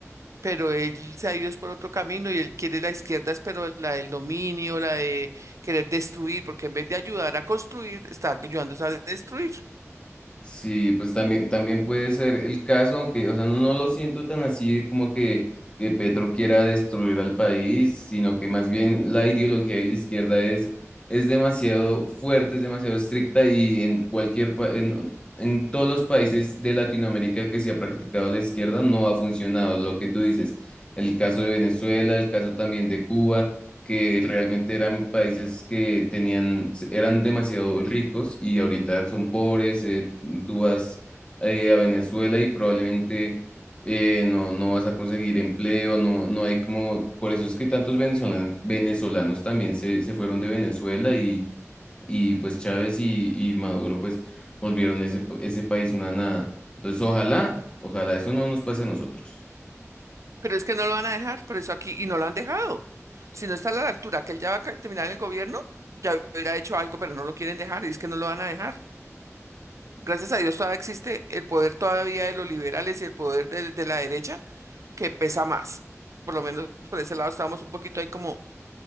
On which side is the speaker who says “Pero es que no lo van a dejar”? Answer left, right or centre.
Right